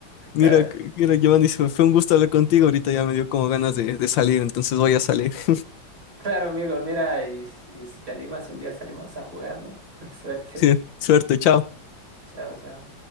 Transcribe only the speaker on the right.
Claro,
claro, amigo, mira, y, y si te animas un día salimos a jugar, ¿no? <laughs> Suerte.
Chao, chao.